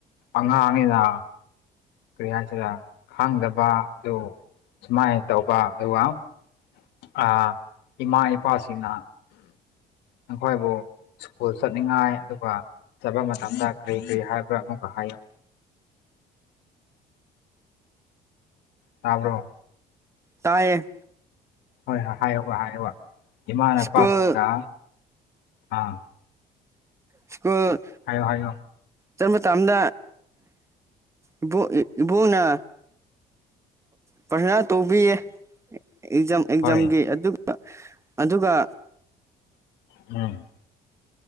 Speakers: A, on the left; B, on the right.
A: ꯑꯉꯥꯡꯅꯤꯅ ꯀꯔꯤ ꯍꯥꯏꯁꯤꯔ ꯈꯪꯗꯕ ꯗꯣ ꯁꯨꯃꯥꯏ ꯇꯧꯕ <unintelligible> ꯑꯥ ꯏꯃꯥ ꯏꯄꯥꯁꯤꯡꯅ ꯅꯈꯣꯏꯕꯨ ꯁ꯭ꯀꯨꯜ ꯆꯠꯅꯤꯡꯉꯥꯏ ꯑꯗꯨꯒ ꯆꯠꯄ ꯃꯇꯝꯗ ꯀꯔꯤ ꯀꯔꯤ ꯍꯥꯏꯕ꯭ꯔꯥ ꯑꯃꯨꯛꯀ ꯍꯥꯏꯌꯨ ꯇꯥꯕ꯭ꯔꯣ
B: ꯇꯥꯌꯦ
A: ꯍꯣꯏ ꯍꯣꯏ ꯍꯥꯏꯌꯣꯕ ꯍꯥꯏꯌꯣꯕ ꯏꯃꯥ ꯅꯄꯥꯁꯤꯡꯒ
B: ꯁ꯭ꯀꯨꯜ
A: ꯑꯥ
B: ꯁ꯭ꯀꯨꯜ
A: ꯍꯥꯏꯌꯣ ꯍꯥꯏꯌꯣ
B: ꯆꯠ ꯃꯇꯝꯗ ꯏꯕꯣ ꯑꯦ ꯏꯕꯣꯅ ꯄ꯭ꯔꯊꯅ ꯇꯧꯕꯤꯌꯦ ꯑꯦꯛꯖꯥꯝ ꯑꯦꯛꯖꯥꯝꯒꯤ
A: ꯍꯣꯏ
B: ꯑꯗꯨ ꯑꯗꯨꯒ
A: ꯎꯝ